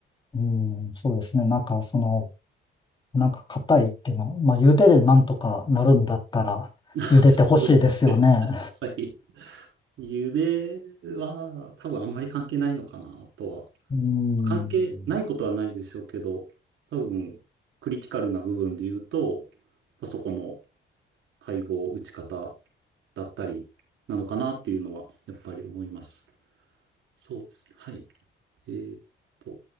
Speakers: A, on the left; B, on the right.
A: え。うん、そうですね。なんか、その、なんか硬いっていうの、まあ、茹ででなんとかなるんだったら、
B: <laughs>
A: 茹でてほしいですよね。
B: そうですね。はい。茹では多分あんまり関係ないのかなとは。
A: うん。
B: 関係ないことはないでしょうけど、多分クリティカルな部分で言うと、まあそこの配合、打ち方だったりなのかなっていうのはやっぱり思います。そうですね。はい。えーっと。